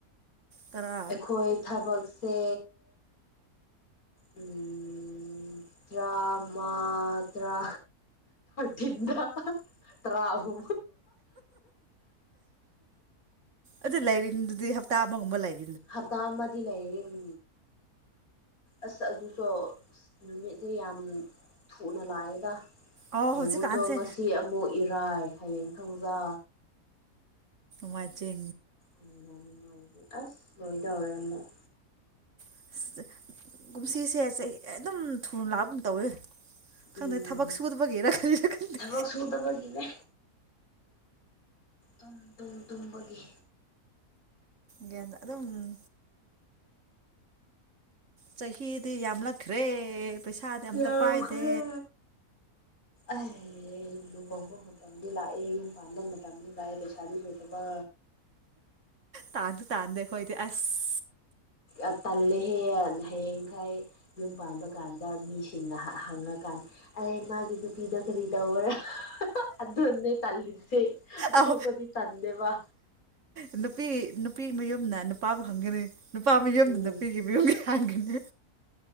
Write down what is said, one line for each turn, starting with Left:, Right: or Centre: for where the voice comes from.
Right: ꯇꯔꯥ
Left: ꯑꯩꯈꯣꯏ ꯊꯕꯛꯁꯦ ꯎꯝ ꯇꯔꯥꯃ ꯇ꯭ꯔꯥ ꯊꯤꯟꯗ ꯔꯥꯍꯨ
Right: ꯑꯗꯨꯗ ꯂꯩꯥꯏꯔꯤ ꯇꯥꯃꯒꯨꯝꯕ ꯂꯩ
Left: ꯍꯞꯇꯥ ꯑꯃꯗꯤ ꯂꯩꯔ ꯎꯝ ꯑꯁ ꯑꯗꯨꯁꯨ ꯅꯨꯃꯤꯠꯁꯦ ꯌꯥꯝ ꯊꯨꯅ ꯂꯥꯛꯑꯦꯗ
Right: ꯑꯧ
Left: ꯌꯦꯡꯉꯨꯇꯣ
Right: ꯍꯧꯖꯤꯛꯀꯥꯟꯁꯦ
Left: ꯉꯁꯤ ꯑꯃꯨꯛ ꯏꯔꯥꯏ ꯍꯌꯦꯡ ꯊꯧꯖꯥ
Right: ꯃꯖꯦ
Left: ꯎ ꯅꯨꯡꯉꯥꯏꯅꯤ ꯑꯁ ꯂꯣꯏ ꯇꯧꯔꯦ ꯑꯃꯨꯛ
Right: ꯑꯁ ꯀꯨꯝꯁꯤꯁꯦ ꯑꯗꯨꯝ ꯊꯨꯅ ꯂꯥꯛꯞꯒꯨꯝ ꯇꯧꯋꯦ ꯈꯪꯗꯦ
Left: ꯎꯝ
Right: ꯊꯕꯛ ꯁꯨꯒꯤꯔ ꯀꯔꯤꯔ ꯈꯪꯗꯦ
Left: ꯊꯕꯛ ꯁꯨꯗꯕꯒꯤꯅꯦ ꯑꯗꯨꯝ ꯇꯨꯝ ꯇꯨꯝꯕꯒꯤ
Right: ꯒꯦꯟꯗ ꯑꯗꯨ ꯑꯗꯨꯝ ꯆꯍꯤꯗꯤ ꯌꯥꯝꯂꯛꯈ꯭ꯔꯦ ꯄꯩꯁꯥꯗꯤ ꯑꯝꯇ
Left: ꯌꯥꯝꯈꯔꯦ
Right: ꯄꯥꯏꯗꯦ
Left: ꯑꯦ ꯂꯨꯍꯣꯡꯕ ꯃꯇꯝꯗꯤ ꯂꯥꯛꯑꯦ ꯌꯨꯝ ꯄꯥꯟꯕ ꯃꯇꯝꯗꯤ ꯂꯥꯛꯑꯦ ꯄꯩꯁꯥꯗꯤ ꯂꯩꯗꯕ
Right: ꯇꯥꯟꯁꯨ ꯇꯥꯟꯗ ꯈꯣꯏꯗꯤ ꯑꯁ
Left: ꯑꯁ ꯇꯜꯂꯦ ꯍꯦ ꯍꯌꯦꯡꯈꯩ ꯌꯨꯝ ꯄꯥꯟꯕ ꯀꯥꯟꯗ ꯃꯤꯁꯤꯡꯅ ꯍꯪꯉꯀꯥꯟꯗ ꯑꯩ ꯃꯥꯒꯤꯅ ꯅꯨꯄꯤꯗꯣ ꯀꯔꯤ ꯇꯧꯕ꯭ꯔ ꯑꯗꯨꯅꯦ ꯇꯜꯂꯤꯖꯦ ꯑꯇꯣꯞꯄꯗꯤ
Right: ꯑꯧ
Left: ꯇꯟꯗꯦꯕ
Right: ꯅꯨꯄꯤ ꯅꯨꯄꯤ ꯃꯌꯨꯝꯅ ꯅꯨꯄꯥꯕꯨ ꯈꯪꯒꯅꯤ ꯅꯨꯄꯥ ꯃꯌꯨꯝꯗ
Left: ꯎꯝ
Right: ꯅꯨꯄꯤꯒꯤ ꯃꯌꯨꯝꯒꯤ ꯍꯥꯡꯒꯅꯤ